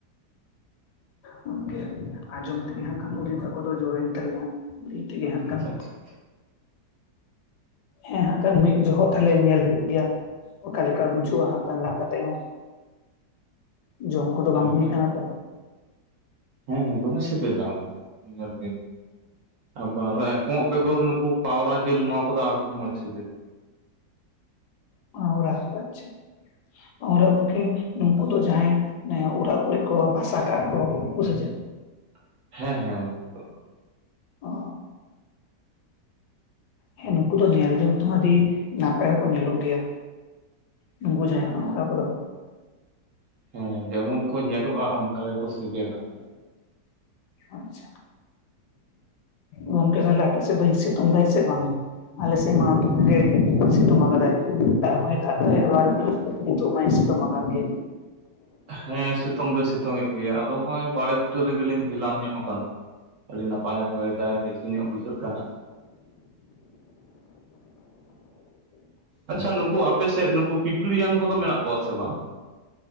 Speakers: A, on the left; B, on the right.
A: ᱜᱚᱢᱠᱮ ᱟᱸᱡᱚᱢ ᱛᱮᱜᱮ ᱦᱟᱸᱜ ᱠᱷᱟᱱ ᱩᱞᱤᱫᱟᱜ ᱠᱚ ᱫᱚ ᱡᱳᱨᱭᱮᱱ ᱛᱟᱹᱞᱤᱧᱟ᱾ ᱞᱟᱹᱭ ᱛᱮᱜᱮ ᱦᱟᱜ
B: ᱟᱪᱪᱷᱟ
A: ᱠᱷᱟᱱ᱾
B: ᱟᱪᱪᱷᱟ ᱴᱷᱤᱠ
A: ᱦᱮᱸ ᱦᱟᱸᱜ ᱠᱷᱟᱱ ᱢᱤᱫ ᱡᱚᱦᱚᱜ ᱛᱷᱟᱞᱮ ᱧᱮᱞ ᱦᱳᱭᱳᱜ ᱜᱮᱭᱟ ᱚᱠᱟ ᱞᱮᱠᱟ ᱵᱩᱡᱩᱜᱼᱟ ᱦᱟᱸᱜ ᱠᱷᱟᱱ ᱞᱟᱜ ᱠᱟᱛᱮᱜ ᱦᱚᱸ᱾ ᱡᱚᱢ ᱠᱚᱫᱚ
B: ᱴᱷᱤᱠ
A: ᱵᱟᱝ ᱦᱩᱭ ᱟᱠᱟᱱᱟ ᱛᱚ᱾
B: ᱦᱮᱸ ᱦᱮᱸ ᱫᱚᱢᱮ ᱥᱤᱵᱤᱞᱟ ᱧᱮᱞ ᱵᱤᱱ᱾ ᱟᱵᱟᱨ ᱮ ᱠᱚᱸᱜ ᱵᱮᱜᱚᱨ ᱱᱩᱠᱩ ᱯᱟᱣᱨᱟ ᱡᱤᱞ ᱱᱚᱣᱟ ᱠᱚᱫᱚ ᱟᱨᱦᱚᱸ ᱢᱚᱡᱽ ᱥᱤᱵᱤᱞᱟ᱾
A: ᱯᱟᱸᱣᱨᱟ, ᱟᱪᱪᱷᱟ᱾
B: <inaudible>
A: ᱯᱟᱸᱶᱨᱟ ᱜᱚᱝᱠᱮ ᱱᱩᱠᱩ ᱫᱚ ᱡᱟᱦᱟᱸᱭ ᱚᱱᱮ ᱚᱲᱟᱜ ᱠᱚᱨᱮᱜ ᱠᱚ ᱵᱟᱥᱟ ᱠᱟᱜ-ᱟ ᱠᱚ, ᱩᱱᱠᱩ ᱥᱮ ᱪᱮᱫ?
B: <inaudible> ᱦᱮᱸ ᱦᱮᱸ ᱩᱱᱠᱩ ᱜᱮ ᱩᱱᱠᱩ ᱜᱮ᱾
A: ᱚ᱾ ᱦᱮᱸ ᱱᱩᱠᱩ ᱫᱚ ᱧᱮᱞ ᱡᱚᱝ ᱛᱮᱦᱚᱸ ᱟᱹᱰᱤ ᱱᱟᱯᱟᱭ ᱦᱚᱸᱠᱚ ᱧᱮᱞᱚᱜ ᱜᱮᱭᱟ᱾ ᱱᱩᱱᱠᱩ ᱡᱟᱦᱟᱸᱭ ᱯᱟᱣᱨᱟ ᱠᱚᱫᱚ
B: ᱦᱮᱸ ᱡᱮᱢᱚᱱ ᱠᱚ ᱧᱮᱞᱚᱜ-ᱟ ᱚᱱᱠᱟ ᱜᱮᱠᱚ ᱥᱤᱵᱤᱞᱟ ᱦᱮᱸ᱾
A: ᱟᱪᱪᱷᱟ᱾ ᱜᱚᱢᱠᱮ ᱛᱟᱞᱦᱮ ᱟᱯᱮ ᱥᱮᱫ ᱫᱚᱭ ᱥᱤᱛᱩᱧ ᱫᱟᱭ ᱥᱮ ᱵᱟᱝᱟ? ᱟᱞᱮ ᱥᱮᱫ ᱢᱟ ᱫᱚᱢᱮ ᱜᱮᱭ ᱥᱤᱛᱩᱝ ᱟᱠᱟᱫᱟᱭ, ᱫᱟᱜ ᱦᱚᱭ ᱫᱟᱭ ᱮᱫᱟᱭ ᱟᱵᱟᱨ ᱱᱤᱛᱚᱜ ᱢᱟᱭ ᱥᱤᱛᱩᱢ ᱟᱠᱟᱫ ᱜᱮ᱾
B: ᱦᱮᱸ ᱥᱤᱛᱩᱝ ᱫᱚᱭ ᱥᱤᱛᱩᱝ ᱮᱫ ᱜᱮᱭᱟ᱾ ᱟᱫᱚ ᱦᱚᱜ-ᱚᱸᱭ ᱵᱟᱲᱮ ᱵᱩᱴᱟᱹ ᱨᱮᱜᱮᱞᱤᱧ ᱦᱮᱞᱟᱢ ᱧᱚᱜ ᱟᱠᱟᱱᱟ᱾ ᱟᱹᱰᱤ ᱱᱟᱯᱟᱭᱮ ᱦᱚᱭ ᱫᱟᱭ, ᱵᱮᱥ ᱧᱚᱜ ᱵᱩᱡᱷᱟᱹᱜ ᱠᱟᱱᱟ᱾ ᱟᱪᱪᱷᱟ ᱱᱩᱠᱩ ᱟᱯᱮ ᱥᱮᱫ ᱱᱩᱠᱩ ᱯᱤᱯᱤᱲᱡᱟᱝ ᱠᱚᱫᱚ ᱢᱮᱱᱟᱜ ᱠᱚᱣᱟ ᱥᱮ ᱵᱟᱝ?